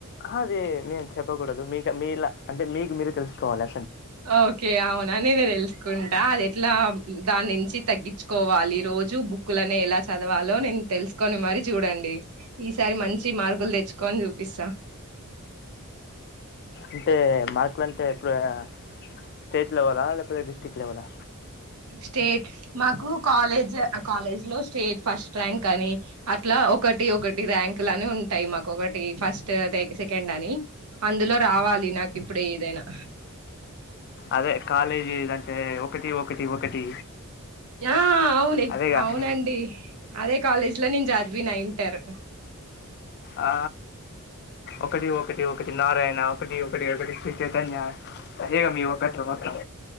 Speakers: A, on the left (about 50°); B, on the right (about 90°).
A: అదే మేము చెప్పకూడదు మీక మీలా అంటే మీకు మీరే తెలుసుకోవాలే
B: ఓకే అవునా నేను తెలుసుకుంటా అది ఎట్లా దాని నుంచి తగ్గించుకోవాలి రో బుక్కులనే ఎలా చదవాలో నేను తెలుసుకొని మరి చూడండి ఈసారి మం మంచి మార్కులు తెచ్చుకోని చూపిస్త
A: అంటే మార్కులు అంటే <unintelligible> స్టేట్ లవెల లేకపోతే డిస్ట్రిక్ట్ లవెలా
B: స్టేట్ మాకు కాలేజ్ కాలేజ్ లో స్టేట్ ఫస్ ర్యాంక్ అని అట్లా ఒకటి ఒకటి ర్యాంక్ లు అని ఉంటాయి మాకు ఒకటి ఫస్ట్ సెకండ్ అని అందులో రావాలి నాకు ఇప్పుడు ఏదైనా
A: అదే కాలేజీ అంటే ఒకటి ఒకటి ఒకటి
B: ఆ అవును
A: అదే గా
B: అవునండి
A: <inaudible>
B: అదే కాలేజ్ లో నేను చదివిన ఇంటర్
A: ఆ ఒకటి ఒకటి ఒకటి నారాయణ ఒకటి ఒకటి ఒకటి శ్రీ చైతన్య ఇవేగా మీ ఒకట్లు మొత్తం